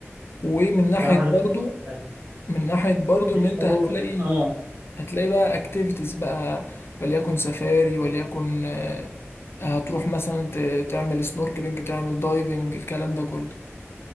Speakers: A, on the left; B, on the right.
A: ومن
B: الصراحة
A: ناحية برضو
B: نفسي اروح يعني.
A: من ناحية برضو
B: نفسي
A: إن أنت
B: اروح
A: هتلاقي
B: اه
A: هتلاقي بقى أكتيفيتيز بقى وليكن سفاري وليكن آه، هتروح مثلا ت- تعمل سنوركلينج تعمل دايفنج الكلام ده كله